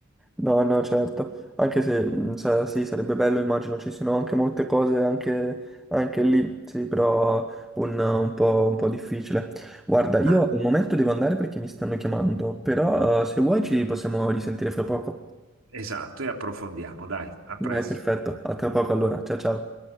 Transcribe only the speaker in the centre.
No, no, certo. Anche se, mh, sa- sì, sarebbe bello, immagino, ci siano anche molte cose anche, anche lì, sì, però un, un po', un po' difficile. Guarda, io
al momento devo andare perché mi stanno chiamando, però eh, se vuoi ci possiamo risentire fra poco.
Dai, perfetto. A tra poco allora. Ciao, ciao.